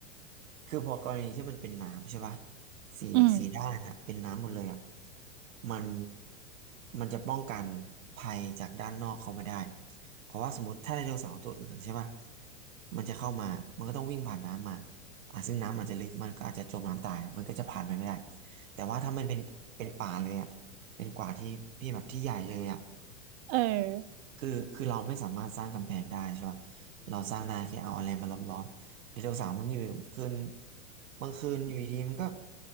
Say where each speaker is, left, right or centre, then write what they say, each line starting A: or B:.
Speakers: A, on the right; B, on the right.
A: คือพอกรณีที่มันเป็นน้ำใช่ป่ะสีสีด้านอะเป็นน้ำหมดเลยอ่ะ
B: อืม
A: มันมันจะป้องกันภัยจากด้านนอกเข้ามาได้เพราะว่าสมมติถ้าไดโนเสาร์ตัวอื่นใช่ป่ะมันจะเข้ามามันก็ต้องวิ่งผ่านน้ำมาอ่ะซึ่งน้ำอาจจะลึกมันก็อาจจะจมน้ำตายมันก็จะผ่านไปไม่ได้แต่ว่าถ้ามันเป็นเป็นป่าเลยอ่ะเป็นกว่าที่พี่แบบที่ใหญ่เลยอะ
B: เออ
A: คือคือเราไม่สามารถสร้างกำแพงได้ใช่ป่ะเราสร้างได้แค่เอาอะไรมาล้อมๆไดโนเทวสาวมันอยู่คืนบางคืนอยู่ดีๆมันก็